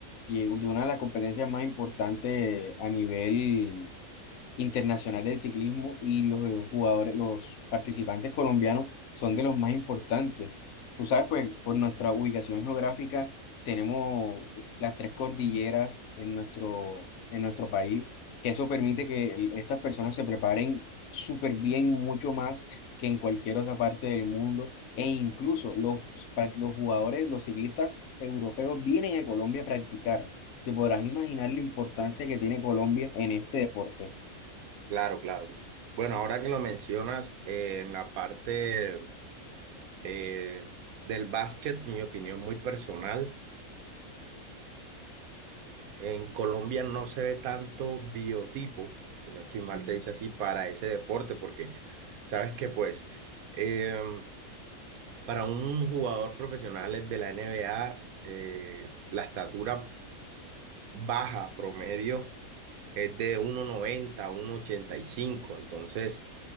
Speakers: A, on the left; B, on the right.
A: y es una de las competencias más importantes a nivel internacional del ciclismo y los jugadores, los participantes colombianos son de los más importantes. Tú sabes, pues por nuestra ubicación geográfica tenemos las tres cordilleras en nuestro, en nuestro país, que eso permite que el- estas personas se preparen súper bien, mucho más que en cualquier otra parte del mundo. E incluso los, pa- los jugadores, los ciclistas europeos vienen a Colombia a practicar. Te podrás imaginar la importancia que tiene Colombia en este deporte.
B: Claro, claro. Bueno, ahora que lo mencionas, eh, en la parte eh, del básquet, mi opinión muy personal, En Colombia no se ve tanto biotipo, si no estoy mal, se dice así, para ese deporte, porque sabes que pues em, para un jugador profesional de la NBA, eh, la estatura baja promedio es de uno uno noventa uno ochenta y cinco entonces